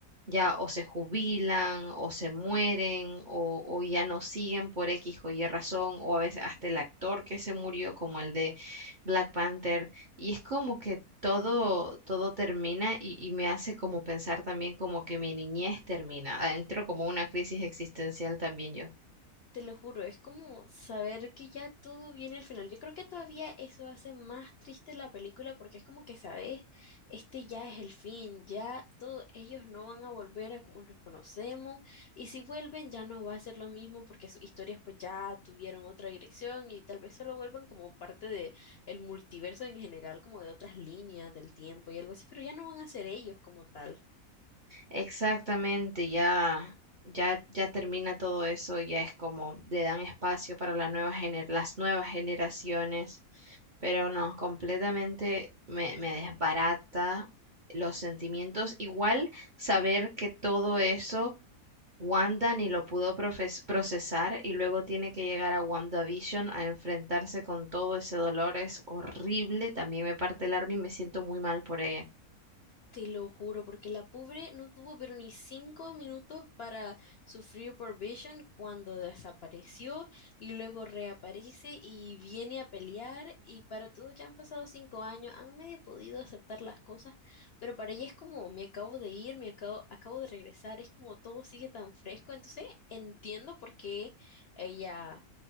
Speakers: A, on the right (about 50°); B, on the left (about 65°).
A: ya o se jubilan, o se mueren, o, o ya no siguen por X o Y razón, o a veces hasta el actor que se murió, como el de Black Panther. Y es como que todo, todo termina y, y me hace como pensar también como que mi niñez termina. Entro como una crisis existencial también yo.
B: Te lo juro, es como saber que ya todo viene al final. Yo creo que todavía eso hace más triste la película porque es como que sabes, este ya es el fin, ya todos ellos no van a volver a como los conocemos y si vuelven ya no va a ser lo mismo porque sus historias pues ya tuvieron otra dirección y tal vez solo vuelvan como parte de el multiverso en general, como de otras líneas del tiempo y algo así, pero ya no van a ser ellos como tal.
A: Exactamente, ya, ya, ya termina todo eso, ya es como le dan espacio para la nueva gener- las nuevas generaciones, pero no, completamente me, me desbarata los sentimientos. Igual saber que todo eso Wanda ni lo pudo profes- procesar y luego tiene que llegar a WandaVision a enfrentarse con todo ese dolor es horrible, también me parte el alma y me siento muy mal por ella.
B: Te lo juro, porque la pobre no tuvo pero ni cinco minutos para sufrir por Vision cuando desapareció y luego reaparece y viene a pelear y para todo ya han pasado cinco años, han medio podido aceptar las cosas, pero para ella es como me acabo de ir, me acabo, acabo de regresar, es como todo sigue tan fresco, entonces entiendo por qué ella